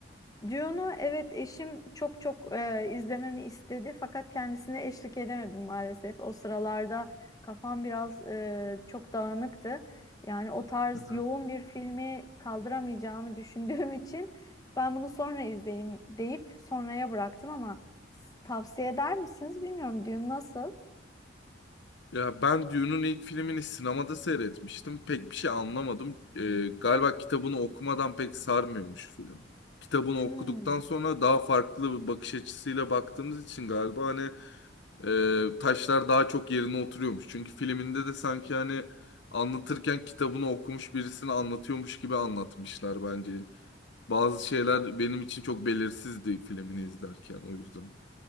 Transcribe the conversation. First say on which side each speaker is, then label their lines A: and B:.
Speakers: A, on the left; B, on the left.
A: Dune'u evet eşim çok çok e, izlememi istedi fakat kendisine eşlik edemedim maalesef. O sıralarda kafam biraz e, çok dağınıktı. Yani o tarz
B: Aha.
A: yoğun bir filmi kaldıramayacağımı düşündüğüm için ben bunu sonra izleyeyim deyip sonraya bıraktım ama s- tavsiye eder misiniz bilmiyorum. Dune nasıl?
B: Ya ben Dune'un ilk filmini sinemada seyretmiştim. Pek bir şey anlamadım. Ee, galiba kitabını okumadan pek sarmıyormuş film. Kitabını okuduktan
A: Hmm.
B: sonra daha farklı bir bakış açısıyla baktığımız için galiba hani e, taşlar daha çok yerine oturuyormuş. Çünkü filminde de sanki hani anlatırken kitabını okumuş birisini anlatıyormuş gibi anlatmışlar bence. Bazı şeyler benim için çok belirsizdi filmini izlerken o yüzden.